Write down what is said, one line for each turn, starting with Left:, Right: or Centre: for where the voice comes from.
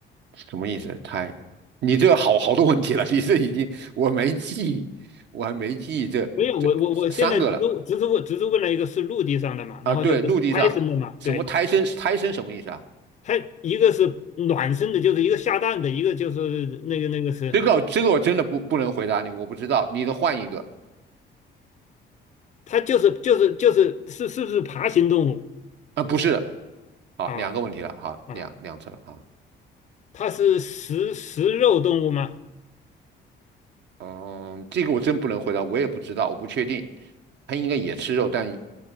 Right: 什么意思？胎？你这好好多问题了，你这已经我没记忆我还没记忆这这三个了
Left: 没有，我我我现在只是只是问只是问了一个是陆地上的嘛，
Right: 啊。
Left: 然后就是胎生的嘛，
Right: 对，陆地上什么胎生？
Left: 对，
Right: 胎生什么意思啊？
Left: 它一个是卵生的，就是一个下蛋的，一个就是那个那个是
Right: 这个这个我真的不不能回答你，我不知道。你得换一个
Left: 它就是就是就是是是不是爬行动物
Right: 啊，不是，好，
Left: 啊
Right: 两个问题了，好，
Left: 啊？
Right: 两两次了啊。
Left: 它是食食肉动物吗？
Right: 嗯，这个我真不能回答，我也不知道，我不确定。它应该也吃肉，但